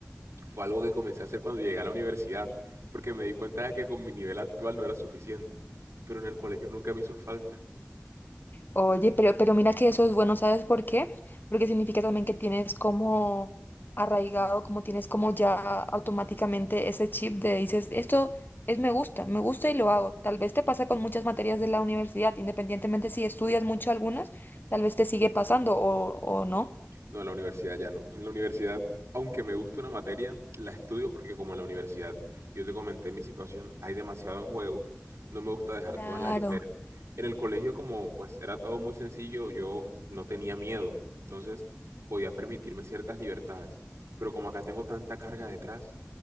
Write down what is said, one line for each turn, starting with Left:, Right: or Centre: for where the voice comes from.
Right: fue algo que comencé a hacer cuando llegué a la universidad, porque me di cuenta de que con mi nivel actual no era suficiente, pero en el colegio nunca me hizo falta.
Left: Oye, pero, pero mira que eso es bueno, ¿sabes por qué? Porque significa también que tienes como arraigado, como tienes como ya automáticamente ese chip de dices, esto es me gusta, me gusta y lo hago. Tal vez te pasa con muchas materias de la universidad, independientemente si estudias mucho algunas, tal vez te sigue pasando o, o no.
Right: No, en la universidad ya no. En la universidad, aunque me gusta una materia, la estudio porque como en la universidad yo te comenté mi situación, hay demasiado en juego, no me gusta dejar
Left: Claro.
Right: todo en la ligera. En el colegio como pues era todo muy sencillo, yo no tenía miedo, entonces podía permitirme ciertas libertades. Pero como acá tengo tanta carga detrás,